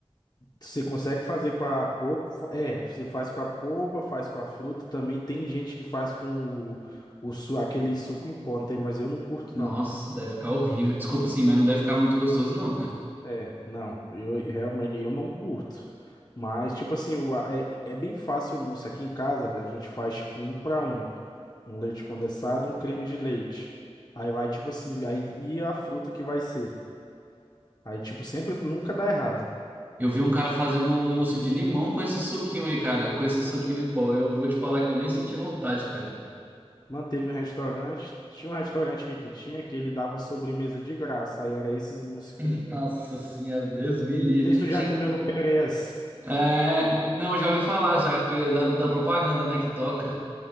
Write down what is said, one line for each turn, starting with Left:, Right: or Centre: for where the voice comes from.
Left: você consegue fazer com a polpa. É, você faz com a polpa, faz com a fruta. Também tem gente que faz com o, o, su- aquele suco em pó, não tem? Mas eu não curto,
Right: Nossa,
Left: não.
Right: deve ficar horrível. Desculpa assim, mas não deve ficar muito gostoso não, cara.
Left: É, não, eu, eu realmente eu não curto. Mas, tipo assim, o- é, é bem fácil o mousse aqui em casa. A gente faz tipo um para um. Um leite condensado, um creme de leite. Aí vai, tipo assim, aí e a fruta que vai ser. Aí, tipo, sempre nunca dá errado.
Right: Eu vi um cara
Left: Só
Right: fazendo um mousse de limão com esse suquinho aí, cara, com esse suquinho em pó. Eu vou te falar que eu nem senti vontade, cara.
Left: manteve um restaurante. Tinha um restaurante aqui que tinha que ele dava sobremesa de graça. Aí era esses mousse
Right: <laughs>
Left: com.
Right: Nossa senhora, Deus me livre.
Left: Não sei se tu já comeu no Perez.
Right: É, não, já ouvi falar já, porque da, da propaganda, né, que toca.